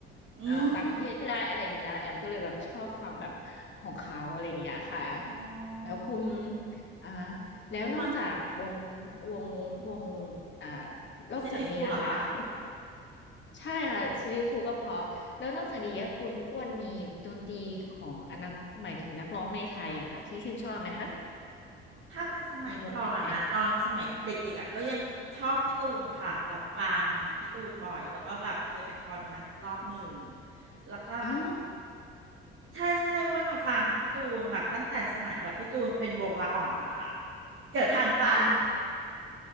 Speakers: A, on the right; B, on the left.
A: อืม
B: อ่าต่างประเทศก็ได้อะไรเงี้ยแอมก็เลยแบบชอบฟังแบบของเขาอะไรเงี้ยค่ะ
A: อ๋อ
B: แล้วคุณอ่าแล้วนอกจากวง
A: อ้วน
B: วงวงอ่านอกจากนี้นะคะคุณ
A: ซีรีส์ฟูลเหรอคะ
B: ใช่ค่ะซีรีส์ฟูก็เพราะแล้วนอกจากนี้อะคุณอ้วนมีดนตรีของอนักหมายถึงนักร้องในไทยอะค่ะที่ชื่นชอบไหมคะ
A: ถ้าเป็นสมัยก่อนอะตอนสมัยเด็กๆอะก็ยังชอบพี่ตูนค่ะแบบฟังพี่ตูนบ่อยแล้วก็แบบเคยไปคอนมารอบหนึ่ง
B: มีวงไหนไหม
A: แล้วก็
B: อ๋อ
A: ใช่ใช่อ้วนอะฟังพี่ตูนแบบตั้งแต่สมัยแบบพี่ตูนเป็นวงละอ่อนนะคะเกิดทันปะ
B: อืม